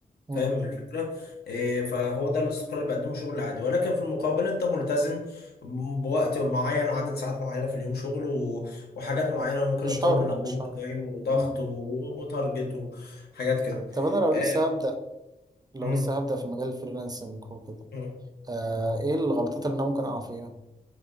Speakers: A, on the right; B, on the left.
A: مم.
B: فاهم الفكرة إيه فهو ده الاستقرار اللي بقدمه شغل عادي ولكن في المقابل انت ملتزم بوقت معين وعدد ساعات معينة في اليوم شغل و... وحاجات معينة وممكن
A: مش
B: يطلب
A: حر
B: منك
A: مش
B: اوفر
A: حر
B: تايم وضغط
A: مم.
B: و... وتارجت وحاجات كده
A: طب انا لو
B: إيه.
A: لسه هبدأ لو
B: مم.
A: لسه هبدأ في مجال الفريلانسنج وكده
B: مم.
A: آه ايه الغلطات اللي انا ممكن اقع فيها